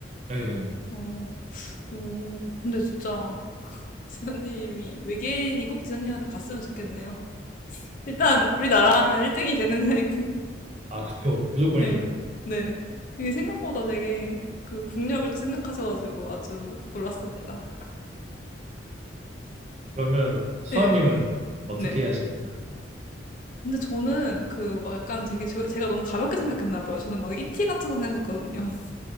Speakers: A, on the right (about 35°); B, on the left (about 45°).
A: 예. 예.
B: 어, 오, 근데 진짜 지선님이 외계인이 꼭 지선님한테 갔으면 좋겠네요. <laughs> 일단 우리나라는 1등이 되는 거니까.
A: 아, 그쵸.
B: <laughs>
A: 무조건이죠.
B: 네. 네. 이게 생각보다 되게 그 국력을 또 생각하셔가지고 아주 놀랐습니다.
A: 그러면 수아님은
B: 네.
A: 어떻게
B: 네.
A: 하실 거예요?
B: 근데 저는 그 막 약간 되게 저- 제가 너무 가볍게 생각했나 봐요. 저는 막 이티 같은 거 생각했거든요. <laughs>